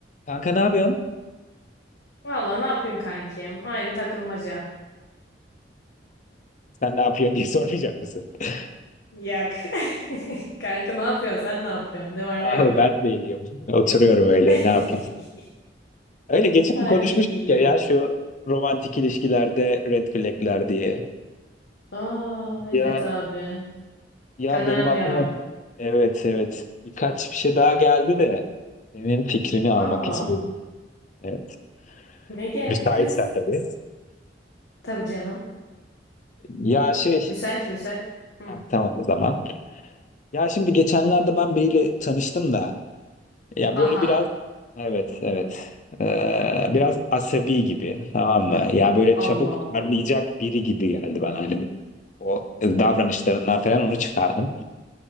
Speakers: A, on the left; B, on the left.
A: Kanka ne yapıyorsun?
B: Valla ne yapayım kankim? Aynı takılmaca.
A: Sen ne yapıyorsun diye sormayacak mısın? <laughs>
B: Yak. <laughs> Kanka ne yapıyorsun? Sen ne yapıyorsun? Ne var
A: Ah
B: ne yok?
A: ben de iyiyim. Oturuyorum öyle
B: <laughs>
A: ne yapayım? Öyle geçen
B: Ha
A: konuşmuştuk
B: iyi iyi iyi
A: ya ya
B: oğlum.
A: şu romantik ilişkilerde red flagler diye.
B: Aa evet
A: Ya
B: abi.
A: ya
B: Kanayan
A: benim aklıma
B: yaram.
A: evet evet birkaç bir şey daha geldi de senin fikrini almak
B: Aa
A: istiyorum. Evet.
B: ne geldi
A: Müsaitsen
B: kız?
A: tabii.
B: Tabii canım.
A: Ya şey
B: Müsait müsait. Hı.
A: ha, tamam o zaman. Ya şimdi geçenlerde ben biriyle tanıştım da Ya
B: Aha
A: böyle biraz evet evet Ee, biraz asabi gibi tamam mı? Ya böyle
B: Allah
A: çabuk
B: Allah.
A: parlayacak biri gibi geldi bana hani o davranışlarından falan onu çıkardım.